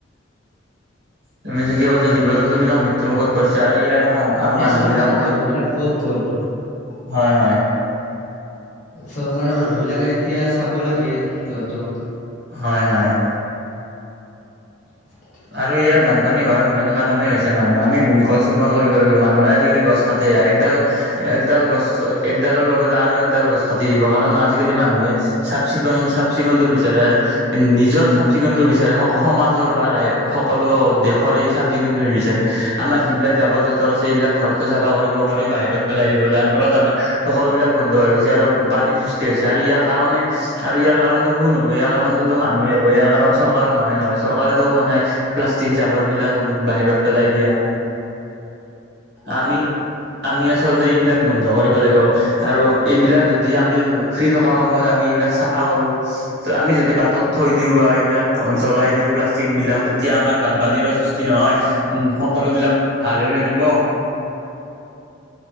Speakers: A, on the right; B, on the left.
A: তুমি ঠিকে কৈছা, জীৱ জন্তুবিলাক মৃ ত্যুমুখত পৰিছে আৰু ইয়াৰ কাম আৰু
B: এতিয়া
A: মানুহ
B: চৰকাৰৰ
A: বিলাকক
B: মানুহবিলাক ক'ত গ'ল?
A: হয়, হয়।
B: চৰকাৰৰ মানুহবিলাকে এতিয়া চাব লাগে সিহঁতক।
A: হয়, হয়।
B: <inaudible>
A: আৰু ইয়াৰ বানপানী হোৱাৰ মেইন কাৰণেই হৈছে মানুহ। আমি গছ ৰোপণ কৰিব লাগিব, মানুহে আজিকালি গছ কাটে একডাল একডাল গছ একডালৰ লগত আৰু একডাল গছ কাটি দিব কাৰণ আজিকালি মানুহে চাফ চিকুণ, চাফ চিকুণটো বিচাৰে, নিজৰ চাফ চিকুণটো বিচাৰে স-সমাজ জৰ বা ৰাই সকলো দেশৰেই চাফ চিকুণটো নিবিচাৰে, আমাৰ যিবিলাক জাবৰ জোথৰ আছে এইবিলাক ঘৰটো চাফা কৰিব কৰি বাহিৰত পেলাই দিব যাৰ ফলত আমাৰ সকলোবিলাক বন্ধ হৈ গৈছে আৰু পানীৰ সৃষ্টি হৈছে আৰু ইয়াৰ কাৰণে আৰু ইয়াৰ কাৰণটো কোন হ'ব, ইয়াৰ কাৰণটো মানুহে হ'ব, ইয়াৰ কাৰণ চৰকাৰ নহয় নহয়। চৰকাৰেতো কোৱা নাই প্লাষ্টিক জাবৰবিলাক বাহিৰত পেলাই দিয়া। আমি আমি আচলতে এইবিলাক বন্ধ কৰিব লাগিব আৰু এইবিলাক যদি আমি ফ্ৰী থকা সময়ত আমি এইবিলাক চাফা কৰোঁ ত' আমি যদি বাটত থৈ দিওঁ বা এইবিলাক জ্বলাই দিওঁ প্লাষ্টিকবিলাক, তেতিয়া আমাৰ বানপানীৰো সৃষ্টি নহয় উ, সকলোবিলাক ভালেও থাকিব।